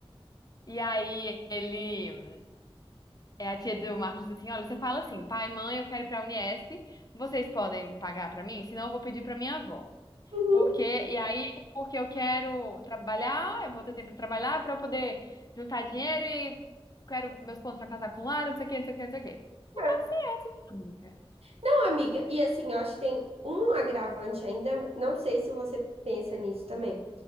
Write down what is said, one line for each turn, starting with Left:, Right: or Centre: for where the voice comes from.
Left: E aí, ele. É a tia do Marcos diz assim: Olha, você fala assim, pai, mãe, eu quero ir pra Unesp. Vocês podem pagar pra mim? Senão, eu vou pedir pra minha avó.
Right: uhum.
Left: Porque, e aí, porque eu quero trabalhar, eu vou ter tempo pra trabalhar pra eu poder juntar dinheiro e quero meus pontos pra casar com Lara, não sei o que, não sei o que, não sei o que. E
Right: é.
Left: tá certo, minha amiga.
Right: Não, amiga, e assim, eu acho que tem um agravante ainda, não sei se você pensa nisso também.